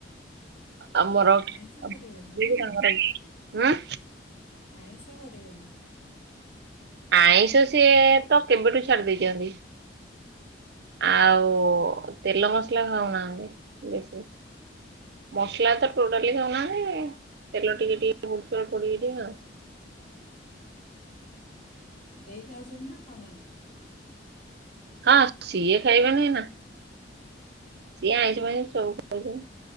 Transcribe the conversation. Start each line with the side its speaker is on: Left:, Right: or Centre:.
Right: ଆମର କୋବି
Left: ଆଇଁଷ କରିବନି ନା
Right: କୁ
Left: କି
Right: ତାଙ୍କର ଇ ଉଁ।
Left: ଆଇଁଷ କରିବନି?
Right: ଆଇଁଷ ସିଏ ତ କେବେଠୁ ଛାଡି ଦେଇ ଚନ୍ତି। ଆଉ ତେଲ ମସଲା ଖାଉ ନାହାଁନ୍ତି ବେଶୀ। ମସଲା ତ ଟୋଟାଲି ଖାଉ ନାହାଁନ୍ତି ତେଲ ଟିକେ ଟିକେ ପଡୁଚି ଅଳ୍ପ ଟିକେ ଟିକେ ଆଉ।
Left: ଦେଈ ଖାଉଛନ୍ତି ନା ଖାଉନାହାନ୍ତି?
Right: ହଁ ସିଏ ଖାଇବନି ନା। ସିଏ ଆଇଁଷ ଫାଇଁଷ ସବୁ ଖାଇବେ।